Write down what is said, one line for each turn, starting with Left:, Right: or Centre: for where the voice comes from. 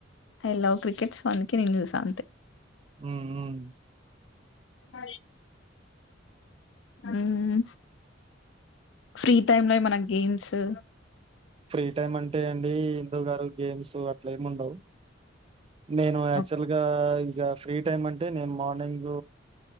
Left: ఐ లవ్ క్రికెట్ అందుకే నేన్ చూసా
Right: మ్మ్ మ్మ్
Left: అ మ్మ్ ఫ్రీ టైమ్ లో మనకు గేమ్స్ టు
Right: ఫ్రీ టైమ్ అంటే అండి ఇదోగరు గేమ్స్ అట్ల ఏముండవ్ నేను యాక్చువల్
Left: ఓ
Right: గా ఇగ ఫ్రీ టైమ్ అంటే నేను మార్నింగ్